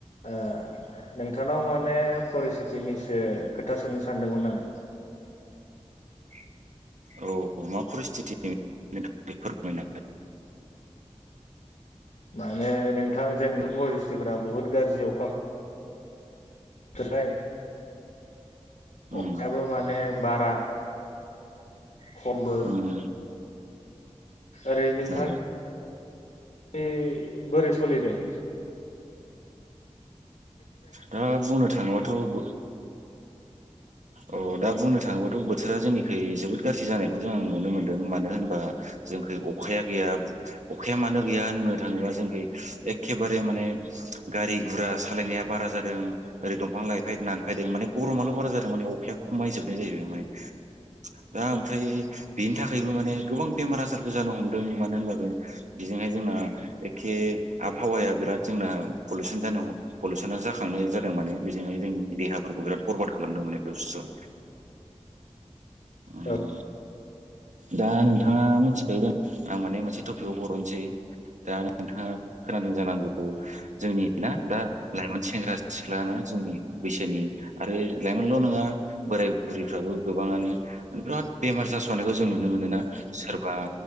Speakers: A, on the left (about 75°); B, on the right (about 85°).
A: ओ नोंथांनाव माने परिस्थिथिनिसो खोथा सोंनो सानदोंमोन आं।
B: <inaudible> औ मा परिस्थित <unintelligible> फोरमायना हो
A: माने नोंथां जोंथ' परिस्टिफोरा बुहुत गाज्रि अखा थाखाय
B: उम
A: अखायाबो माने बारा खमबो
B: उम
A: ओरै नोंथां
B: औ
A: खै बोरै सलिदों?
B: दा बुंनो थांङोबाथ' बो अ दा बुंनो थाङोबाथ' बोथोरा जोंनिखै जोबोद गाज्रि जानायखौ जों आं नुनो मोन्दों मानो होनबा जोंखै अखाया गैया अखाया मानो गैया होननो थाङोबा जोंखै एखेबारे माने गारि गुरा सालायनाया बारा जादों ओरै दंफां लाइफाय दानफायदों माने गरमाल' बारा जादों माने अखाया खमायजोबनाय जाहैबाय दा ओमफ्राय बेनि थाखायबो माने गोबां बेमार आजार बो जानो हमदों मानो होनबा बे बेजोंहाय जोंना एखे आबहावाया बिराद जोंना पलुसन जानो हम पलुस ना जाखांनाय जादों माने बेजोंहाय जोंनि देहाफोरखौ बिराद बरबाद खालामदों माने बे बुस्थुआ उम
A: औ
B: दा नोंथांङा मिथिखायोन आं माने मोनसे टपिकआव बर'नोसै दा नोंथाङा खोनादों जानांगौ जोंनि ना दा लाइमोन सेंग्रा सिख्लाना जोंनि बैसोनि आरो लाइमोनल' नङा बोराय बुरैफ्राबो गोबाङानो माने बिराद बेमार जास'नायखौ जों नुनो मोनोना सोरबा